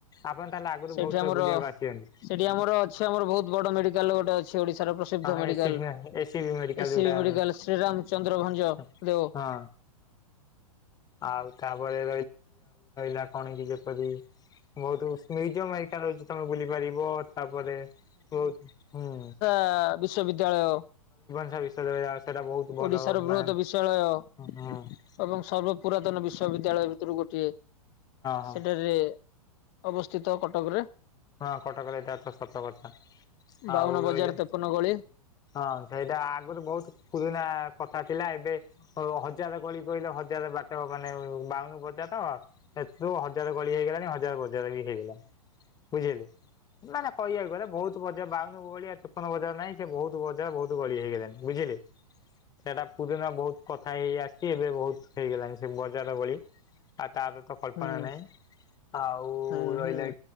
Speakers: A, on the left; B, on the left.
A: ଆପଣ ତାହେଲେ ଆଗରୁ
B: ସେଠି
A: ବହୁତ ଥର
B: ଆମର
A: ବୁଲିବାକୁ ଆସିଛନ୍ତି
B: ସେଠି ଆମର ଅଛି ଆମର ବହୁତ ବଡ ମେଡିକାଲ ଗୋଟେ ଅଛି। ଓଡିଶାର ପ୍ରସିଦ୍ଧ
A: ହଁ
B: ମେଡିକାଲ।
A: ଏସି ବି ଏସି ବି ମେଡିକାଲ
B: ଏସିବି
A: ଯୋଉଟା
B: ମେଡିକାଲ
A: ହଁ।
B: ଶ୍ରୀରାମ ଚନ୍ଦ୍ର ଭଞ୍ଜ ଦେଓ
A: ହଁ ଆଉ ତାପ କଣ ହେଇଚି ଯେପରି ବହୁତ ଉଷ୍ମୟ ଯିବ ମୁ ଏକା <unintelligible> ତମେ ବୁଲି ପାରିବ। ତାପରେ ବହୁତ ହୁଁ।
B: ଆ ବିଶ୍ୱବିଦ୍ୟାଳୟ।
A: <unintelligible> ଭଲ
B: ଓଡିଶାର ବୃହତ
A: ମାନେ
B: ବିଶ୍ଵାଳୟ
A: ହଁ ହଁ
B: ଏବଂ ସର୍ବ ପୁରାତନ ବିଶ୍ବବିଦ୍ୟାଳୟ ଭିତରୁ ଗୋଟେ ଟଏ
A: ହଁ
B: ସେଠାରେ ଅବସ୍ଥିତ କଟକରେ।
A: ହଁ କଟକରେ ଏଟ ତ ସତ କଥା।
B: ବାଉନ
A: ଆଉ
B: ବଜାର
A: ରହିଲ
B: ତେପନ ଗଳି।
A: ହଁ ସେଇଟା ଆଗରୁ ବହୁତ ପୁରୁଣା କଥା ଥିଲା ଏବେ ଅ ହଜାର ଗଳି କହିଲେ ହଜାର ବାଟ ମାନେ ବାଉନୁ ବଜାର ହଁ ହେତୁ ହଜାର ଗଳି ହେଇଗଲାଣି ହଜାର ବଜାର ବି ହେଇଗଲାଣି ବୁଝିଲୁ। ମାନେ କହିବାକୁ ଗଲେ ବହୁତ ବଜୟ ବାଉୁନୁ ଗଳିଆ ତେପନ ବଜାରା ନାଇଁ ସେ ବହୁତ ବଜା ବହୁତ ଗଳି ହେଇଗଲାଣି ବୁଝି। <unintelligible> ସେଟା ପୁରୁିନ ବହୁତ କଥା ହେଇ ଆସିଛି ଏବେ ବହୁତ ହେଇଗଲାଣି ସେ ବଜାର ଭଳି ଆ ତାର ତ କଳ୍ପନା
B: ହୁଁ।
A: ନହିଁ ଆଉ
B: ହୁଁ
A: ରହିଲା
B: ହୁଁ